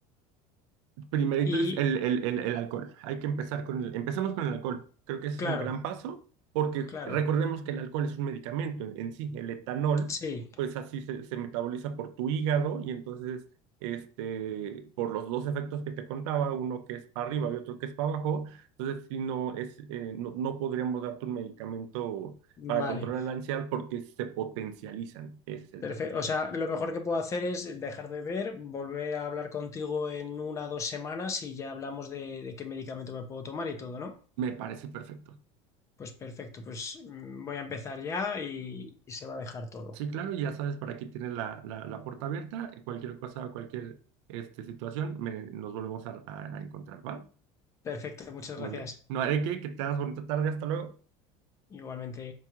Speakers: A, on the right; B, on the left.
A: Primerito
B: y
A: el, el, el- el- el alcohol. Hay que empezar con el, empecemos con el alcohol. Creo que ese
B: claro,
A: es un gran paso porque
B: claro,
A: recordemos que el alcohol es un medicamento en, en sí. El etanol,
B: sí,
A: pues así se, se metaboliza por tu hígado y entonces, este, por los dos efectos que te contaba, uno que es para arriba y otro que es para abajo, entonces si no es, eh, no, no podríamos darte un medicamento para
B: vale,
A: controlar la ansiedad porque se potencializan. Ese es el
B: perfecto.
A: tema.
B: O sea, lo mejor que puedo hacer es dejar de ver, volver a hablar contigo en una o dos semanas y ya hablamos de, de qué medicamento me puedo tomar y todo, ¿no?
A: Me parece perfecto.
B: Pues perfecto, pues mm, voy a empezar ya y, y se va a dejar todo.
A: Sí, claro, ya sabes, para aquí tienes la, la, la puerta abierta. y Cualquier cosa o cualquier este, situación, me- nos volvemos a, a- a encontrar, ¿va?
B: Perfecto, muchas
A: Muy
B: gracias.
A: bien. No haré que, que tengas bonita tarde. Hasta luego.
B: Igualmente.